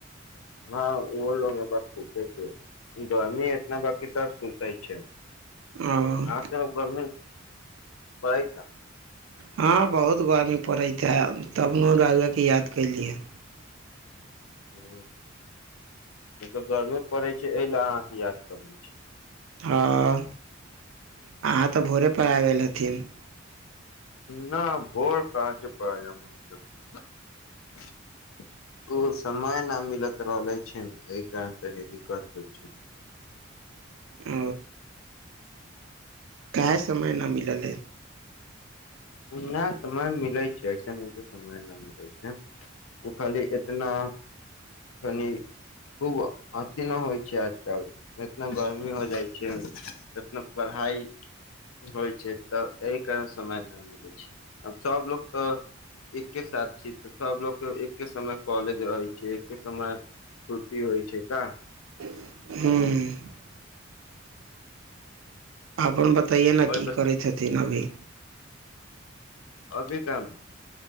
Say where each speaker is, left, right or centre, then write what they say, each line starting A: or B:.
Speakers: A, on the left (about 85°); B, on the right (about 80°).
A: हँ ओहो लग बस सुते छै, गर्मी एतना बकी सब सुतै छै।
B: ओ
A: आह त गर्मी पइता
B: हँ बहुत गर्मी पड़ैत छै, हए तब ने रायुवाके याद कयली ह।
A: ह, तऽ गर्मेे पड़ैत छै एहि लेल अहाँके याद कर लै छी।
B: हँ, अहाँ तऽ भोरे पेआ गेल हथिन।
A: न भोर पास, <unintelligible> ओ समय न मिलत रहल ले छै ने एहि कारण तनी दिक्कत होइ छै।
B: ओ काहे समय नहि मिललैइ।
A: नहि समय मिलै छै, ऐसन न के समय नहि मिलै छै, ओ खाली एतना कनि खूब अथिी नहि होइ छै, आजकल एतना गर्मी हो जाइ छै, एतना पढ़ाई होइ छै, तऽ क समय ना मिली। अब सब लोकोग तऽ एकके साथ छी तऽ सब लोकग के एकके समय कॉलेज रहै छै, एके समय छु टी होइ छै का।
B: ह्म्म। अपन बता तहिये
A: आओर
B: न की
A: बता
B: करै छथिन अभी।
A: अभी काम